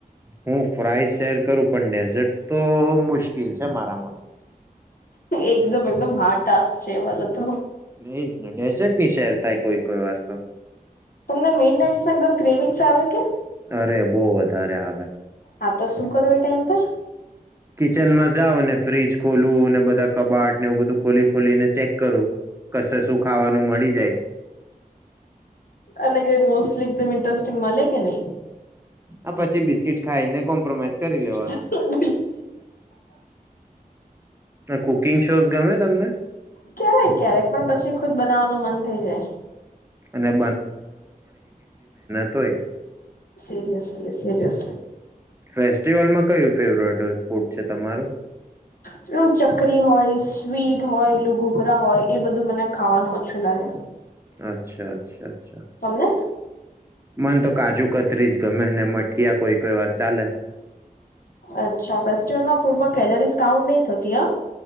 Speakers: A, on the right (about 15°); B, on the left (about 65°).
A: હું ફ્રાય શેયર કરું પણ ડેઝટ તો મુશ્કિલ છે મારામાં.
B: એકદમ-એકદમ હાર્ડ ટાસ્ક છે એ વાલો તો.
A: એ જ ને ડેઝર્ટ નહીં શેયર થાય કોઈ-કોઈ વાર તો.
B: તમને મિડ નાઈટસ માં એકદમ ક્રેવિંગસ આવે કે?
A: અરે બહુ વધારે આવે
B: આવ તો શું કરો એ ટાઈમ પર?
A: કિચનમાં જાવ અને ફ્ર્રીજ ખોલું અને બધા કબાટને એવું બધું ખોલી-ખોલીને ચેક કરું, કશે શું ખાવાનું મળી જાય.
B: અને કંઈ મોસ્ટલી એકદમ ઇન્ટ્રસ્ટિંગ મલે કે નહી?
A: આ પછી બિસ્કીટ ખાઈ ને કોમ્પ્રોમાઈઝ
B: <unintelligible>
A: કરી લેવાનું કુકિંગ શોઝ ગમે તમને
B: ક્યારેક ક્યારેક પણ પછી ખુદ બનાવવાનું મન થઈ જાય.
A: અને તોય
B: સીરયસલી-સીરયસલી.
A: ફેસ્ટિવલમાં કયું ફેવરેટ હોય ફૂડ છે તમારું?
B: પેલું ચકરી હોય, સ્વીટ હોય, લું ઘુઘરા હોય એ બધું મને ખાવાનું અચ્છું લાગે.
A: અચ્છા. અચ્છા-અચ્છા.
B: તમને
A: મને તો કાજુ-કતરી જ ગમે ને મઠીયા કોઈ-કોઈ વાર ચાલે.
B: અચ્છા, ફેસ્ટિવલમાં ફૂડમાં કેલરીઝ કાઉન્ટ નહી થતી હા.